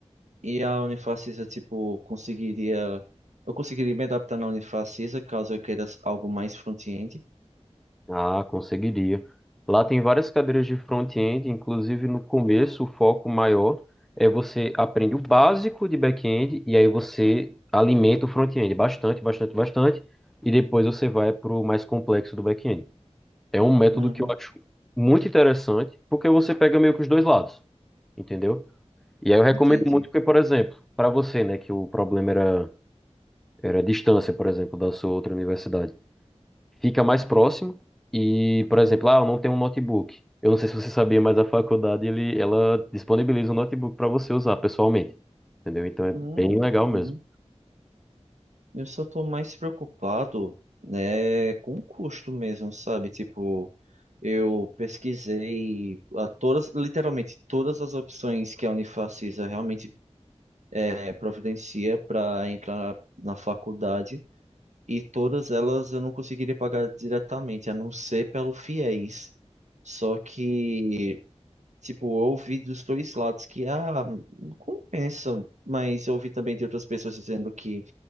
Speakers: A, on the right (about 85°); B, in the centre.
A: E a Unifacisa, tipo, conseguiria. Eu conseguiria me adaptar na Unifacisa caso eu queira algo mais front-end.
B: Ah, conseguiria. Lá tem várias cadeiras de front-end, inclusive no começo o foco maior é você aprende o básico de back-end e aí você alimenta o front-end bastante, bastante, bastante e depois você vai para o mais complexo do back-end. É um método
A: Uhum.
B: que eu acho muito interessante porque você pega meio que os dois lados, entendeu? E aí eu recomendo
A: Entendi.
B: muito porque, por exemplo, para você, né, que o problema era, era a distância, por exemplo, da sua outra universidade, fica mais próximo e, por exemplo, ah, eu não tenho um notebook. Eu não sei se você sabia, mas a faculdade, ele, ela disponibiliza um notebook para você usar pessoalmente, entendeu? Então é
A: Uhum.
B: bem legal mesmo.
A: Uhum. Eu só tô mais preocupado, né, com o custo mesmo, sabe? Tipo, eu pesquisei a todas, literalmente todas as opções que a Unifacisa realmente é, providencia para entrar na faculdade. E todas elas eu não conseguiria pagar diretamente, a não ser pelo fiéis. Só que, tipo, eu ouvi dos dois lados que, ah, não compensa. Mas eu ouvi também de outras pessoas dizendo que